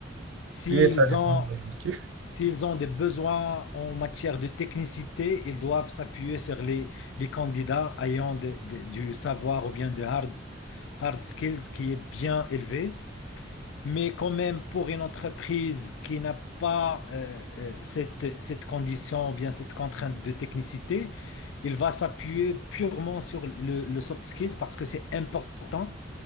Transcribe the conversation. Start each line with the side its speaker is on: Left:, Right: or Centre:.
Left: S'ils
Right: oui, ça dépend
Left: ont,
Right: de l'objectif.
Left: s'ils ont des besoins en matière de technicité, ils doivent s'appuyer sur les, les candidats ayant de- de- du savoir ou bien de hard, hard skills qui est bien élevé. Mais quand même, pour une entreprise qui n'a pas euh, euh, cette, cette condition ou bien cette contrainte de technicité, il va s'appuyer purement sur le le soft skills parce que c'est important